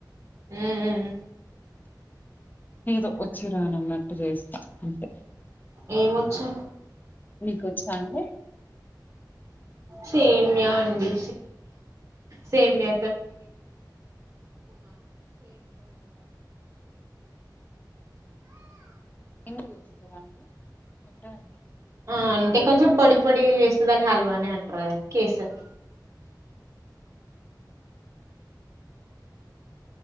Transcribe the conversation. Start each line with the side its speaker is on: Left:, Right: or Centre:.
Right: హ్మ్ హ్మ్
Left: ఏదో వచ్చి రానన్నట్టు చేస్తా అంటే
Right: ఏ వచ్చం
Left: మీకు వచ్చా అండి
Right: సేమ్యా అండి సేమ్యా
Left: డి తెలుసురా అండి ఎప్పుడ అండి
Right: ఆ అంటే కొంచెం పొడి పొడిగా చేస్త దాని హల్వానే అంటారుా కేసర్